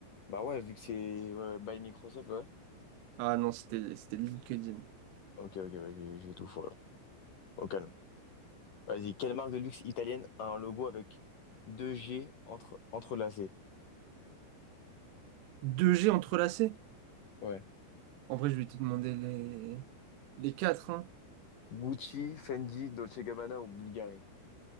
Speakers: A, on the left (about 50°); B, on the right (about 75°).
A: Bah ouais, vu que c'est ouais, ouais, by Microsoft, ouais.
B: Ah non, c'était c'était LinkedIn.
A: Ok, ok, bah, j'ai j'ai tout faux alors. Au calme. Vas-y, quelle marque de luxe italienne a un logo avec deux G entre, entrelacés?
B: Deux g entrelacé?
A: Ouais.
B: En vrai, je vais te demander les, les quatre, hein.
A: Gucci, Fendi, Dolce Gabbana ou Bulgari?